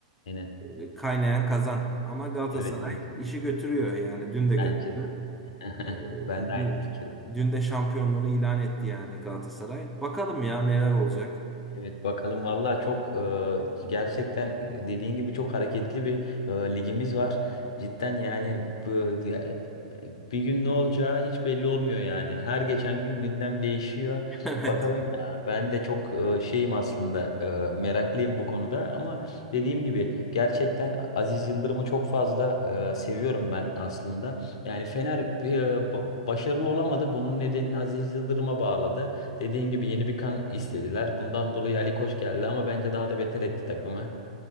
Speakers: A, on the left (about 55°); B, in the centre.
A: Aynen.
B: e, kaynayan kazan. Ama Galatasaray
A: Evet kesinlikle.
B: işi götürüyor yani dün de götürdü.
A: Bence de. <laughs>
B: E,
A: Ben de aynı
B: dün
A: fikirde.
B: dün de şampiyonluğunu ilan etti yani Galatasaray. Bakalım ya neler olacak.
A: Evet bakalım valla çok e, gerçekten e, dediğin gibi çok hareketli bir e, ligimiz var. Cidden yani bu- diye- bir gün ne olacağı hiç belli olmuyor yani. Her geçen gün gündem değişiyor.
B: <laughs> Evet.
A: Bakalım ya ben de çok e, şeyim aslında e, meraklıyım bu konuda ama dediğim gibi gerçekten Aziz Yıldırım'ı çok fazla e, seviyorum ben aslında. Yani Fener e, ba- başarılı olamadı. Bunun nedenini Aziz Yıldırım'a bağladı. Dediğin gibi yeni bir kan istediler. Bundan dolayı Ali Koç geldi ama bence daha da beter etti takımı.